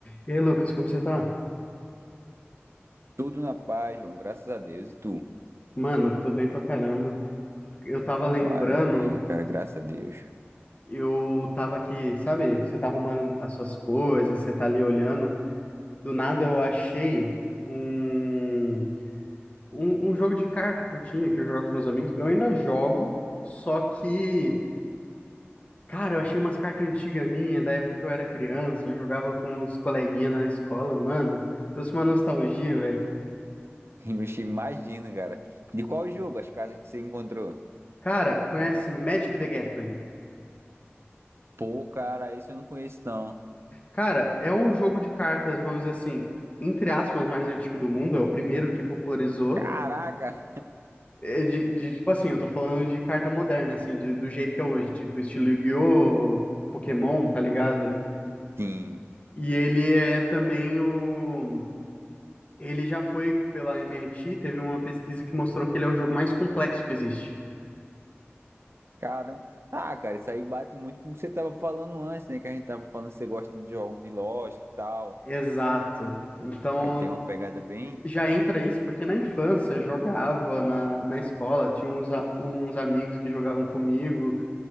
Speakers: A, on the left; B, on the right.
A: E aí, Lucas, como você tá?
B: Tudo na paz, João, graças a Deus. E tu?
A: Mano, eu tô bem pra caramba. Eu tava lembrando,
B: Maravilha, cara, graças a Deus.
A: eu tava aqui, sabe? Você tá arrumando as suas coisas, você tá ali olhando. Do nada eu achei um, um, um jogo de carta que eu tinha, que eu jogava com meus amigos. Eu ainda jogo, só que, cara, eu achei umas cartas antigas minhas, da época que eu era criança, eu jogava com os coleguinhas na escola, mano. Trouxe uma nostalgia, velho.
B: Ixi, Imagina, cara. De qual jogo as casas que você encontrou?
A: Cara, conhece Magic the Gathering?
B: Pô, cara, esse eu não conheço, não.
A: Cara, é um jogo de cartas, vamos dizer assim, entre aspas, mais antigo do mundo, é o primeiro que popularizou.
B: Caraca!
A: É De, de, tipo assim, eu tô falando de carta moderna, assim, de- do jeito que é hoje, tipo estilo Yu-Gi-Oh!, Pokémon, tá ligado?
B: Sim,
A: E ele é também o. Ele já foi pela MIT, teve uma pesquisa que mostrou que ele é o jogo mais complexo que existe.
B: caramba. Ah, cara, isso aí bate muito com o que você tava falando antes, né? Que a gente tava falando que você gosta de jogos de lógica e tal.
A: Exato. Então
B: Aí tem uma pegada bem
A: já entra isso, porque na infância eu jogava na, na escola, tinha uns, a- uns amigos que jogavam comigo.